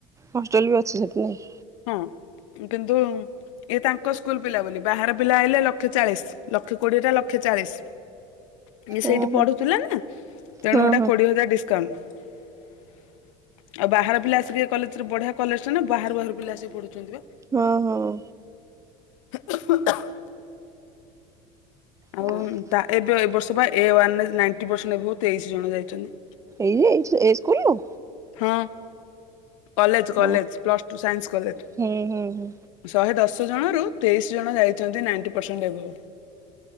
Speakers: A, on the right; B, on the left.
A: ହଷ୍ଟେଲ ବି ଅଛି ସେଠି ନାଇଁ!
B: ହଁ କିନ୍ତୁ ଇଏ ତାଙ୍କ ସ୍କୁଲ ପିଲା ବୋଲି ବାହାର ପିଲା ଆଇଲେ ଲକ୍ଷେ ଚାଳିଶ ଲକ୍ଷେ କୋଡ଼ିଏଟା ଲକ୍ଷେ ଚାଳିଶ ଇଏ ସେଇଠି
A: ଓହୋ
B: ପଢୁଥିଲା ତେଣୁ
A: ହଁ
B: ହେଇଟା
A: ହଁ
B: କୋଡିଏ ହଜାର ଡିସକାଉଣ୍ଟ। ଆଉ ବାହାର ପିଲା ଆସିକି ଏ କଲେଜରେ ବଢିଆ କଲେଜ ଟା ନା ବାହାରୁ ବାହାରୁ ପିଲା ଆସିକି ପଢୁଛନ୍ତି ବା।
A: ହଁ ହଁ।
B: <unintelligible> ଆଉ
A: ଏଇ
B: ଉଁ ତା ଏବେ ଏ ବର୍ଷ ବା ଏ ୱାନରେ ନାଇଣ୍ଟ ପରସେଣ୍ଟ ଏବଭ୍ ତେଇଶି ଜଣ ଯାଇଛନ୍ତି।
A: ଏଇ ଯେ ଏଇ ଚ ଏଇ ସ୍କୁଲରୁ?
B: ହଁ କଲେଜ College
A: ହଁ।
B: plus two science college.
A: ହୁଁ ହୁଁ ହୁଁ
B: ଶହେ ଦଶ ଜଣରୁ ତେଇଶ ଜଣ ଯାଇଛନ୍ତି ନାଇଣ୍ଟି ପରସେଣ୍ଟ ଏଭବ।